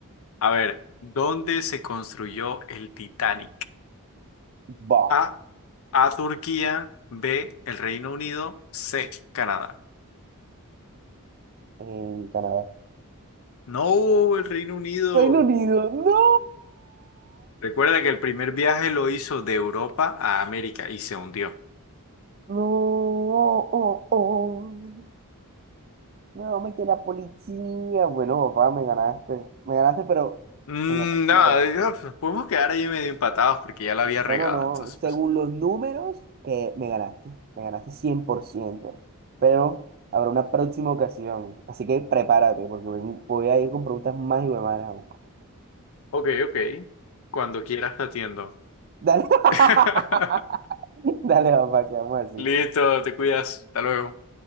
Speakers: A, on the left; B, on the right.
A: A ver, ¿dónde se construyó el Titanic?
B: Bah,
A: A. A Turquía. B. El Reino Unido. C. Canadá.
B: en Canadá.
A: No, el Reino Unido.
B: Reino Unido, no.
A: Recuerda que el primer viaje lo hizo de Europa a América y se hundió.
B: No, oh, oh. oh. No, me la policía. Bueno, papá, me ganaste. Me ganaste, pero
A: Mm,
B: en la próxima
A: no,
B: te ganaste.
A: digo, pues, podemos quedar ahí medio empatados porque ya la había regado.
B: No, no, no.
A: Entonces, pues,
B: Según los números, que me ganaste. Me ganaste cien por ciento Pero habrá una próxima ocasión. Así que prepárate, porque ven- voy a ir con preguntas más y más.
A: ok, ok. Cuando quieras te atiendo.
B: Dale, <laughs>
A: <laughs>
B: dale, papá, quedamos así.
A: Listo, te cuidas. Hasta luego.